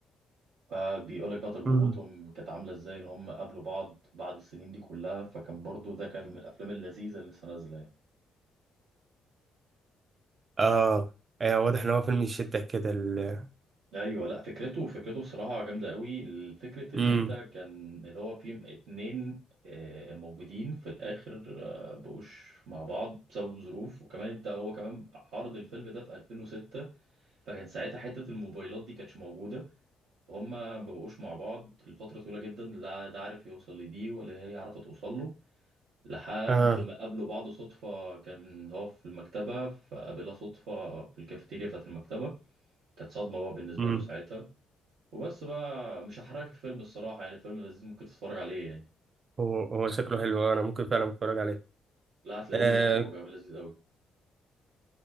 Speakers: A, on the right; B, on the right.
A: فبيقولك بقى تجربتهم
B: امم
A: كانت عاملة ازاي إن هما قابلوا بعض بعد السنين دي كلها فكان برضو ده كان من الأفلام اللذيذة اللي لسه نازلة يعني.
B: اه ايوه واضح ان هو فيلم يشدك كده ال
A: ايوه لا فكرته فكرته بصراحه جامده قوي الفكره اللي
B: امم
A: انت كان اللي هو فيه اتنين آه، موجودين في الاخر آه، بقوش مع بعض بسبب ظروف وكمان انت هو كمان عرض الفيلم ده في 2006 فكان ساعتها حته الموبايلات دي كانتش موجوده فهم ما بقوش مع بعض لفتره طويله جدا لا ده عارف يوصل لدي ولا هي عارفه توصل له لحد
B: اه
A: ما قابلوا بعض صدفه كان هو في المكتبه فقابلها صدفه في الكافيتيريا بتاعت المكتبه كانت صدمه هو بالنسبه
B: امم
A: له ساعتها وبس بقى مش هحرقلك فيلم الصراحة يعني فيلم لذيذ ممكن تتفرج عليه يعني
B: هو هو شكله حلو انا ممكن فعلا اتفرج
A: لا هتلاقيه
B: عليه
A: يعني هو كمان لذيذ قوي